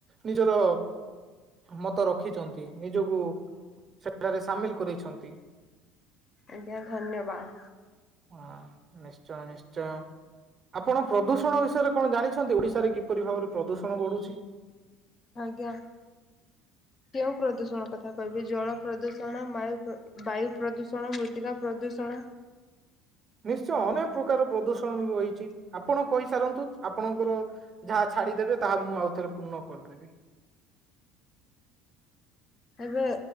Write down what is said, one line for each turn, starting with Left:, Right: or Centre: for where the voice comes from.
Right: ନିଜର ମତ ରଖିଛନ୍ତି ନିଜକୁ ସେଠାରେ ସାମିଲ କରେଇଛନ୍ତି।
Left: ଆଜ୍ଞା ଧନ୍ୟବାଦ।
Right: ହଁ ନିଶ୍ଚୟ ନିଶ୍ଚୟ। ଚୟ ଆପଣ ପ୍ରଦୂଷଣ ବିଷୟରେ କଣ ଜାଣିଛନ୍ତି ଓଡିଶାରେ କିପରି ଭାବରେ ପ୍ରଦୂଷଣ ବଢୁଛି?
Left: ଆଜ୍ଞା କେଉଁ ପ୍ରଦୂଷଣ କଥା କହିବି ଜଳ ପ୍ରଦୂଷଣ ବାୟୁ ବାୟୁ ପ୍ରଦୂଷଣ ମୃତ୍ତିକା ପ୍ରଦୂଷଣ
Right: ନିଶ୍ଚୟ ଅନେକ ପ୍ରକାର ପ୍ରଦୂଷଣ ରହିଛି ଆପଣ କହିସାରନ୍ତୁ ଆପଣଙ୍କର ଯାହା ଛାଡିଦେବେ ତାହା ମୁଁ ଆଉ ଥରେ ପୂର୍ଣ୍ଣ କରିଦେବି।
Left: ଏବେ